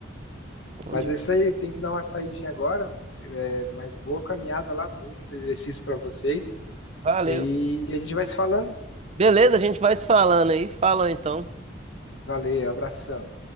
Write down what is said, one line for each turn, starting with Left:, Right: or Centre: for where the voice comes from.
Right: Bom
Left: Mas
Right: demais.
Left: é isso aí, tem que dar uma saidinha agora. É, mas boa caminhada lá, bons exercícios para vocês.
Right: Valeu.
Left: E a gente vai se falando.
Right: Beleza, a gente vai se falando aí. Falou então.
Left: Valeu, abração.